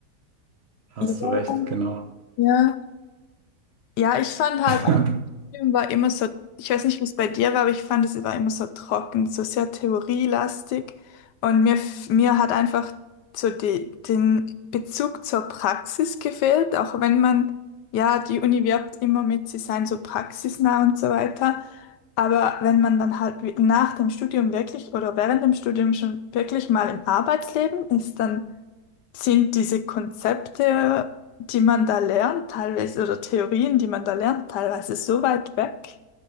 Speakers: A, on the right; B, on the left.
A: hast
B: Ja,
A: du recht, genau.
B: ja. Ja, ich fand halt
A: <laughs>
B: auch, der Film war immer so, ich weiß nicht, wie es bei dir war, aber ich fand, es war immer so trocken, so sehr theorielastig. Und mir, f- mir hat einfach so die, den Bezug zur Praxis gefehlt, auch wenn man, ja, die Uni wirbt immer mit, sie seien so praxisnah und so weiter. Aber wenn man dann halt wi- nach dem Studium wirklich oder während dem Studium schon wirklich mal im Arbeitsleben ist, dann sind diese Konzepte die man da lernt, teilweise, oder Theorien, die man da lernt, teilweise so weit weg.